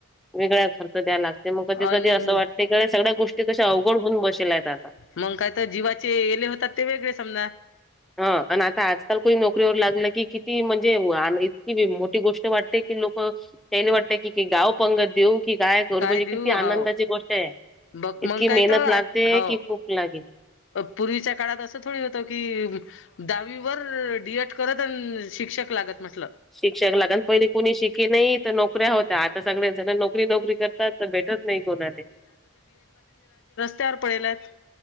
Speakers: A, in the centre; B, on the left.
A: वेगळा खर्च द्यायला लागतंय. मग
B: अन
A: कधी कधी असं वाटते गडे सगळ्या गोष्टी कशा अवघड होऊन बसेल्या आहेत आता.
B: मग काय तर? जीवाचे येले होतात ते वेगळे समजा.
A: ह आणि आता आजकाल कोही नोकरीवर लागलं की किती म्हणजे? हां ना इतकी मोठी गोष्ट वाटते की लोक त्याले वाटतं की गाव पंगत देऊ. की काय करू. म्हणजे
B: देऊ
A: किती
B: हो
A: आनंदाची गोष्ट आहे.
B: बघ मग
A: इतकी
B: काय
A: मेहनत
B: तर
A: लागते
B: हो
A: की खूप लागे.
B: पूर्वीच्या काळात असं थोडी होतं की दहावीवर डी एट करत अन शिक्षक लागत म्हटलं.
A: शिक्षक लागण पहिली कोणी शिके नाही तर नोकऱ्या होत- तर आता सगळे जण नोकरी नोकरी करतात. तर भेटत नाही कोणाले.
B: त्यावर पडेलात.